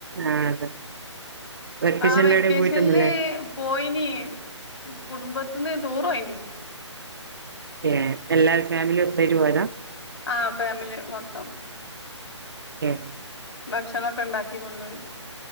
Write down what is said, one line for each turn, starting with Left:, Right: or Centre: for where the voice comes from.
Right: ആഹ് അതെ വെക്കേഷനിൽ
Left: ആഹ് വെക്കേഷനിൽ
Right: എവിടേം പോയിട്ടൊന്നുല്ലേ
Left: പോയിനി കുടുംബത്തിന്ന് ടൂർ പോയിന്
Right: ഏ എല്ലാ ഫാമിലി ഒത്തേരു പോയതാ
Left: ആഹ് ഫാമിലി മൊത്തം
Right: എൻ
Left: ഭക്ഷണംമൊക്കെ ഉണ്ടാക്കി കൊണ്ടുപോയി